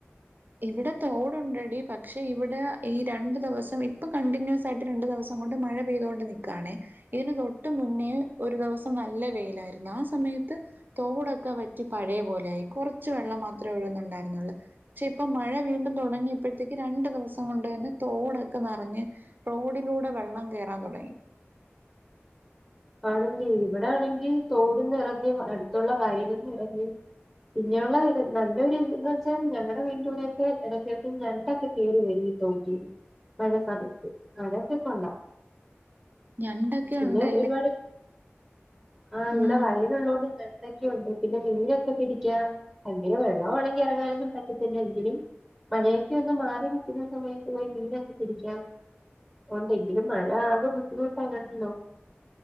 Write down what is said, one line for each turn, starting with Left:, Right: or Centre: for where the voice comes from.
Right: ഇവിടെ തോടുണ്ടെടി. പക്ഷെ ഇവിടെ ഈ രണ്ടു ദിവസം ഇപ്പൊ കണ്ടിന്യൂസ് ആയിട്ട് രണ്ടു ദിവസം കൊണ്ട് മഴ പെയ്തോണ്ട് നിക്കാണേ. ഇതിന് തൊട്ടു മുന്നേ ഒരു ദിവസം നല്ല വെയിലായിരുന്നു. ആ സമയത്ത് തോടൊക്കെ വറ്റി പഴയ പോലെ ആയി. കൊറച്ച് വെള്ളം മാത്രവേ ഒഴുകുന്നുണ്ടായിരുന്നുള്ളൂ. പക്ഷെ ഇപ്പ മഴ വീണ്ടും തൊടങ്ങിയപ്പഴത്തേക്ക് രണ്ടു ദിവസം കൊണ്ട് തന്നെ തോടൊക്കെ നെറഞ്ഞ് റോഡിലൂടെ വെള്ളം കയറാൻ തൊടങ്ങി.
Centre: ആണല്ലേ? ഇവിടെ ആണെങ്കി തോടും നെറഞ്ഞ് അടുത്തുള്ള വയലും നിറഞ്ഞ്. പിന്നെയുള്ള നല്ലൊരു ഇതന്ന് വെച്ചാൽ ഞങ്ങടെ വീടിന്റാടയൊക്കെ എടക്കിടക്ക് ഞണ്ടൊക്കെ കേറി വരു ഈ തോട്ടീന്ന്, മഴ സമയത്ത്. അതൊക്കെ കൊള്ളാം.
Right: ഞണ്ടൊക്കെ
Centre: പിന്നെ
Right: ഉണ്ട്
Centre: ഒരുപാട്, ആ ഇവിടെ
Right: ഉം.
Centre: വയലുള്ളോണ്ട് ഞണ്ട് ക്കെയുണ്ട്. പിന്നെ മീനൊക്കെ പിടിക്കാം. അങ്ങനെ വെള്ളവാണെങ്കി എറങ്ങാനൊന്നും പറ്റത്തില്ല എങ്കിലും, മഴയൊക്കെ ഒന്ന് മാറി നിൽക്കുന്ന സമയത്ത് പോയി മീനൊക്കെ പിടിക്കാം. ഉണ്ടെങ്കിലും മഴ ആകെ ബുദ്ധിമുട്ടാണല്ലോ